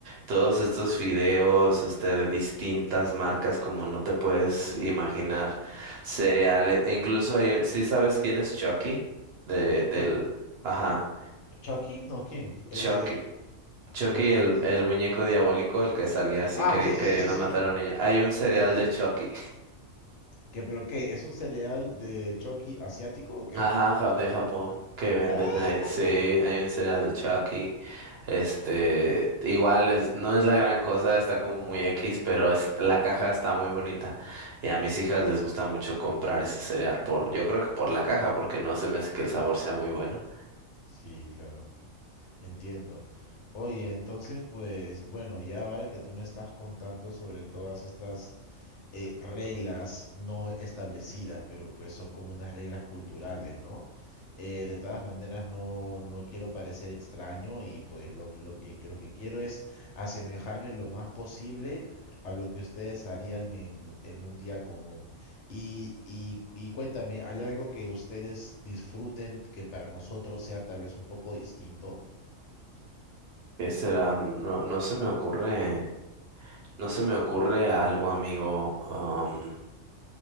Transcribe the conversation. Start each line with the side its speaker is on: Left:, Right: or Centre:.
Right: todos estos fideos, este, de distintas marcas, como no te puedes
Left: sí, sí,
Right: imaginar.
Left: sí, sí,
Right: Cereales.
Left: sí, sí, sí.
Right: E incluso hay, un- ¿sí sabes quién es Chucky? De, del,
Left: Chuck-
Right: ajá,
Left: ¿Chucky? No, ¿quién? El
Right: Chucky.
Left: de...
Right: Chucky,
Left: No, ¿quién
Right: el,
Left: es?
Right: el muñeco diabólico, el que salía así
Left: Ah,
Right: queri-
Left: sí, sí,
Right: queriendo
Left: sí, sí, sí.
Right: matar a un niño. Hay un cereal
Left: Sí, sí.
Right: de Chucky.
Left: ¿Qué, pero qué? ¿Es un cereal de Chucky asiático
Right: <laughs>
Left: o qué?
Right: Ajá, ja- de Japón, que
Left: ¡Ah!
Right: venden ahí.
Left: <laughs>
Right: Sí, hay un cereal de Chucky. Este, igual es- no es la gran cosa, está como muy X, pero es- la caja está muy bonita. Y a mis hijas les gusta mucho comprar ese cereal por, yo creo que por la caja, porque no se me hace que el sabor sea muy bueno.
Left: Sí, claro, entiendo. Oye, entonces, pues, bueno, ya ahora que tú me estás contando sobre todas estas eh, reglas no establecidas, pero pues son como unas reglas culturales, ¿no? Eh, de todas maneras, no, no quiero parecer extraño y pues lo, lo que, que lo que quiero es asemejarme lo más posible a lo que ustedes harían en, en un día común. Y, y, y cuéntame, ¿hay algo que ustedes disfruten que para nosotros sea tal vez un poco distinto?
Right: ¿Qué será? Mm, No, no se me ocurre, no se me ocurre algo, amigo. Am,